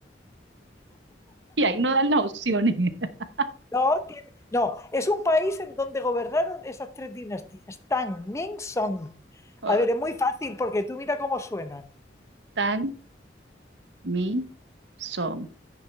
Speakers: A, on the right; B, on the left.
A: Y ahí no dan las opciones. <laughs>
B: No, tiene- no, es un país en donde gobernaron esas tres dinastías, Tang, Ming, Song.
A: Oh,
B: A ver, es muy fácil porque tú mira cómo suenan.
A: Tan, mi, son.